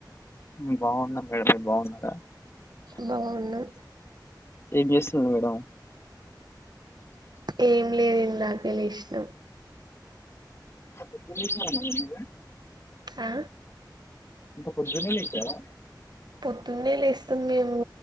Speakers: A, on the left; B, on the right.
A: ఉ బాగున్నాం మేడం మీరు బాగున్నారా
B: బాగున్నా
A: ఏం చేస్తున్నారు మేడం
B: ఏం లేదు ఇందాకే లేచిన
A: <inaudible>
B: ఆ
A: ఇంత పొద్దున్నే లేచారా
B: పొద్దున్నే లేస్తాం మేము